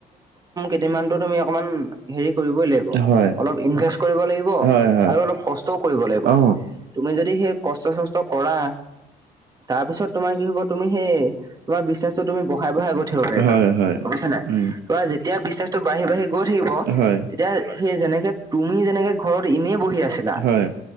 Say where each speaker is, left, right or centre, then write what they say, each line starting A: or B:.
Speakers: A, on the right (about 20°); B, on the right (about 75°).
A: মানতো তুমি অকণমান হেৰি কৰিবই লাগিব,
B: হয়
A: অলপ ইনভেস্ট কৰিব লাগিব
B: হয় হয়
A: আৰু। অলপ কষ্টও কৰিব লাগিব।
B: অ
A: তুমি যদি সেই কষ্ট-চষ্ট কৰা। তাৰ পিছত তোমাৰ কি হ'ব তুমি সেই তোমাৰ বিজনেছো তুমি বঢ়ায় বঢ়ায় গৈ থাকিব পাৰিবা
B: হয় হয়
A: বুজিছা নে নাই।
B: উম
A: বা যেতিয়া বিজনেছটো বাঢ়ি বাঢ়ি গৈ থাকিব,
B: হয়
A: তেতিয়া সেই যেনেকে তুমি যেনেকে ঘৰত এনেই বহি আছিলা
B: হয়